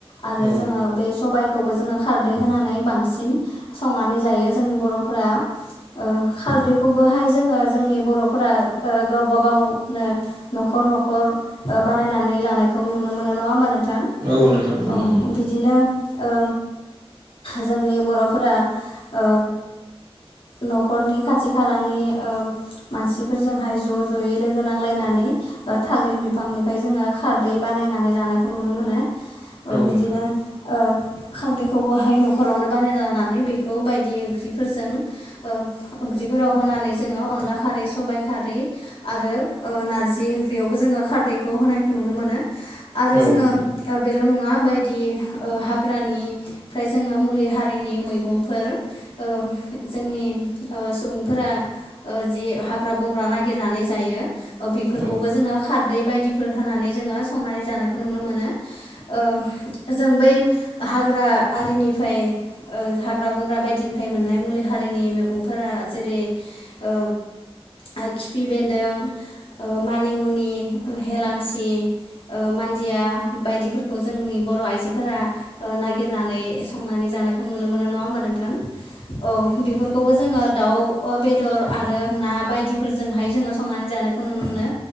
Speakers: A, on the left (about 60°); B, on the right (about 40°).
A: आरो
B: औ नंगौ औ
A: जोङो बे सबायखौबो जोङो दै होनानै बांसिन संनानै जायो जोंनि बर'फोरा। ओ खारदैखौबोहाय जोङो जोंनि बर'फोरा ओ गावबा गावनो न'खर खर न'खर ओ बानायनानै लानायखौ नुनो मोनो। नोङा होमबा नों थां?
B: औ नोंथां नोंथां
A: औ
B: नंगौ नंगौ
A: बिदिनो ओ जोंनि बर'फोरा ओ न'खरनि खाथि खालानि ओ मानसिफोरजोंहाय ज' ज'यै लोगो नांलायनानै ओ थालिर बिफांनिफ्राय जोङो खारदै बान नायनानै लानायखौ नुनो मोनो ओ
B: औ
A: बिदिनो
B: नोंथां
A: ओ खारदै खौबोहाय न'खरावनो बानायना लानानै बेखौ बायदि ओंख्रिफोरजों ओ ओंख्रिफोराव होना नानै जोङो अनला खारै सबाइ खारै आरो ओ नारजि ओंख्रियावबो जोङो खारदैखौ होन नाय खौ नुनो मोनो आरो
B: औ नोंथां औ नोंथां औ
A: जोङो
B: नंगौ
A: ओ बेल' नङा बायदि ओ हाग्रानि फ्राय जोङो मुलि हारिनि मैगंफोर ओ जोंनि ओ सुबुंफोरा ओ जि हाग्रा बंग्रा नागिरनानै जायो ओ बेफोरखौबो
B: औ नोंथां औ नंगौ
A: जोङो खारदै बायदिफोर होनानै जोङो संनानै जानायखौ नुनो मोनो ओ जों बै ओ हाग्रा आरिनिफाय ओ हाग्रा बंग्रा बायदिनिफाय मोननाय मुलि हारिनि मैगंफोरा जेरै ओ आरो खिफि बेन्दों ओ मानिमुनि ओ हेलांसि ओ मानजिया बायदिफोरखौ जोंनि बर' आइजोफोरा ओ नागिर नानै संनानै जानायखौ नुनो मोनो। नङा होमबा नोंथां? औ बेफोरखौबो जोङो दाउ ओ बेदर आरो ना बायदिफोरजोंहाय जोङो संनानै जानायखौ नुनो मोनो